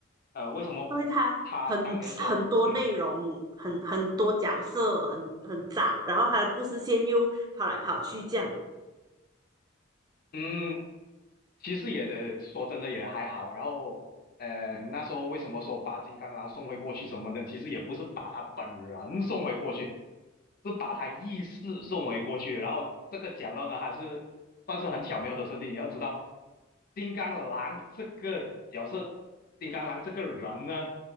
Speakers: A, on the left; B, on the right.
A: 呃，为什么他当年说，
B: 对他很很多内容，
A: 嗯
B: 很很多角色，很很杂，然后他的故事线又跑来跑去这样
A: 嗯。其实也的，说真的也还好。然后，呃，那时候为什么说把金刚狼送回过去什么的，其实也不是把他本人送回过去，是把他意识送回过去。然后这个讲到呢，还是算是很巧妙的设定。你要知道，金刚狼这个角色，金刚狼这个人呢，